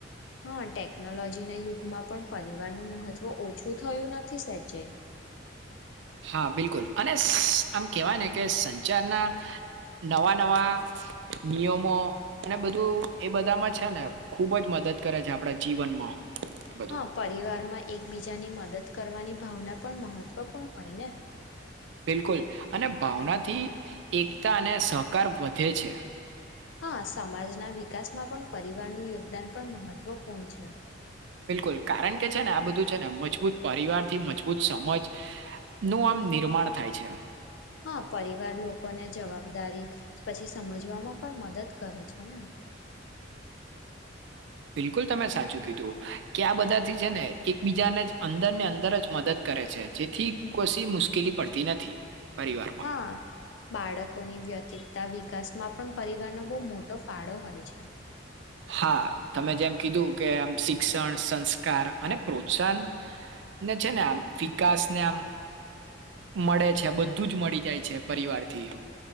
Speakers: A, on the left; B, on the right.
A: હા ટટેક ટેકનોલોજીના યુગમાં પણ પરિવારનું મહત્વ ઓછું થયું નથી સેજ જેય
B: હા બિલકુલ અને આમ કેહેવાય ને કે સંચારના નવા નવા નિયમો અને બધું એ બધામાં છે ને ખૂબ જ મદદ કરે છે આપણા જીવનમાં આ બધું
A: હા પરિવાર માં એકબીજાની મદદ કરવાની ભાવના પણ મહત્વપૂર્ણ હોય ને
B: બિલકુલ અને ભાવનાથી એકતા અને સહકાર વધે છે
A: હા સમાજના વિકાસમાં પણ પરિવારનું યોગદાન પણ મહત્વપૂર્ણ છે
B: બિલકુલ કારણ કે છે ને આ બધું છે ને મજબૂત પરિવાર થી મજબૂત સમજ નું આમ નિર્માણ થાય છે
A: હા પરિવાર લોકોને જવાબદારી પછી સમજવામાં પણ મદદ કરે છે ને
B: બિલકુલ તમે સાચું કીધું કે આ બધાથી છે ને એકબીજાને અંદર ને અંદર જ મદદ કરે છે જેથી કોશી મુશ્કેલી પડતી નથી પરિવારમાં
A: હા બાળકોની વ્યતિિતતા વિકાસ માં પણ પરિવારનો બહુ મોટો ફાળો હોય છે
B: હા તમે જેમ કીધું કે આમ શિક્ષણ સંસ્કાર અને પ્રોત્સાહન ને છે ને આમ વિકાસ ને આમ મળે છે બધું જ મળી જાય છે પરિવારથી